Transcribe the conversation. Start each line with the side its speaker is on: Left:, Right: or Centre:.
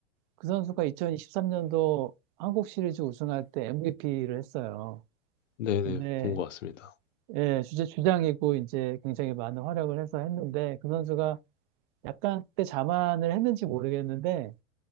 Right: 그 선수가 2023년도 한국 시리즈 우승할 때 MVP를 했어요.
Left: 네네.
Right: 근데
Left: 본 것 같습니다.
Right: 예, 주제 주장이고 이제 굉장히 많은 활약을 해서 했는데 그 선수가 약간 그때 자만을 했는지 모르겠는데